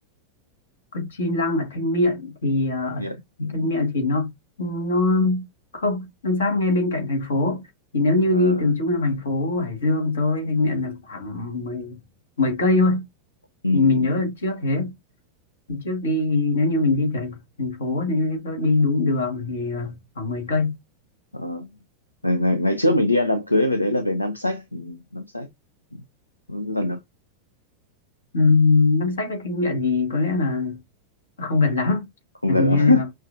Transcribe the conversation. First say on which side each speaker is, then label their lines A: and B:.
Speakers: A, on the left (about 65°); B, on the left (about 85°).
A: còn chi lăng ở Thanh Miện thì ờ, ở
B: Nghiện. ừ.
A: Thanh Miện thì nó nó không nó sát ngay bên cạnh thành phố thì nếu như
B: Ờ,
A: đi từ trung tâm thành phố Hải Dương tới Thanh Miện là khoảng 10 10 cây thôi
B: ừ,
A: thì mình
B: ừ.
A: nhớ là trước thế Thì trước đi nếu như mình đi từ thành phố nếu như có đi đúng đường thì ờ, khoảng 10 cây
B: Ờ. Ngày, ngày ngày trước mình đi ăn đám cưới về đấy là về Nam Sách ừ. Nam Sách Ừ, gần không
A: Ừm, Nam Sách với Thanh Miện thì có lẽ là không gần lắm
B: không
A: hình
B: gần
A: như
B: lắm
A: là